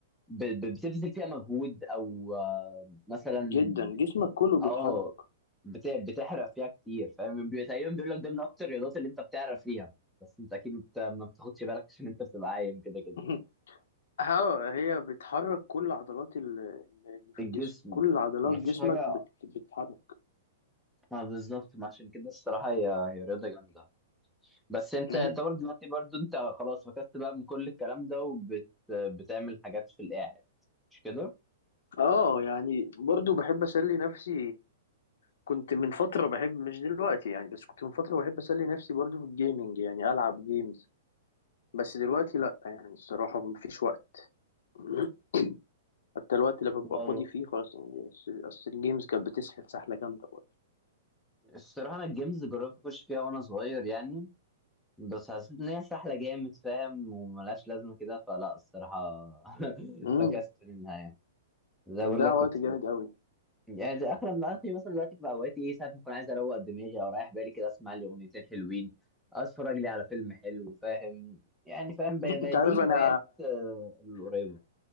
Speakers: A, in the centre; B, on the left.
A: ب... ب... بتبذل فيها مجهود او آه، مثلا
B: جدا جسمك كله بيتحرك
A: اه بت... بتحرق فيها كتير فاهم بي- تقريبا بيقول لك ده من اكتر الرياضات اللي انت بتعرف فيها بس انت اكيد ما بت... ما بتاخدش بالك عشان انت بتبقى عايم كده كده
B: <laughs> اه هي بتحرك كل عضلات ال- اللي في
A: الجسم
B: الجسم كل عضلات
A: ما
B: جسمك
A: فيش حاجه
B: بت- بتتحرك
A: ما بالظبط ما عشان كده الصراحه هي هي رياضه جامده بس انت
B: مم.
A: يعتبر دلوقتي برضو انت خلاص فكست بقى من كل الكلام ده وبتعمل حاجات في القاعد مش كده؟
B: اه يعني برضو بحب اسلي نفسي كنت من فتره بحب مش دلوقتي يعني بس كنت من فتره بحب اسلي نفسي برضو في الجيمنج يعني العب جيمز بس دلوقتي لا يعني الصراحه مفيش وقت <laughs> حتى الوقت اللي ببقى
A: والله
B: فاضي فيه خلاص يعني أصل أصل الجيمز كانت بتسحل سحله جامده برضه
A: الصراحة أنا الجيمز جربت أخش فيها وأنا صغير يعني بس حسيت إن هي سهلة جامد فاهم وملهاش لازمة كده فلا الصراحة <laughs>
B: امم
A: فكست منها يعني زي بقول
B: ده
A: لك كنت
B: وقت جامد قوي
A: يعني ده آخر ما آخري مثلا دلوقتي في أوقاتي إيه ساعات ما أكون عايز أروق دماغي أو رايح بالي كده أسمع لي أغنيتين حلوين أتفرج لي على فيلم حلو فاهم يعني فاهم ب- بدي
B: انت عارف
A: الهوايات
B: انا
A: آه، القريبة